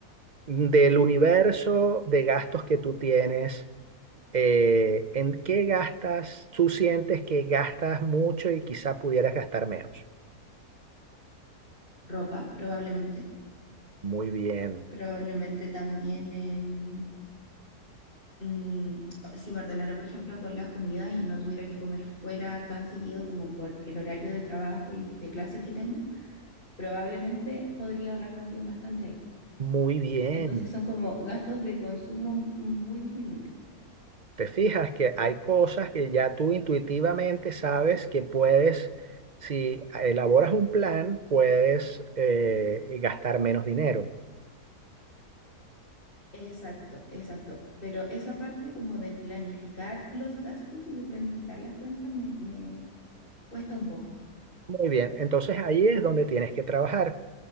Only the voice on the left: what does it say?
Ropa, probablemente.
Probablemente también en... mm, si me ordenara, por ejemplo, con las comidas y no tuviera que comer fuera tan seguido como por el horario de trabajo y de clases que tengo, probablemente podría ahorrar también bastante ahí.
Entonces son como gastos de consumo muy disminuibles.
Exacto, exacto. Pero esa parte como de planificar los gastos y de planificar las cuentas me, me cuesta un poco.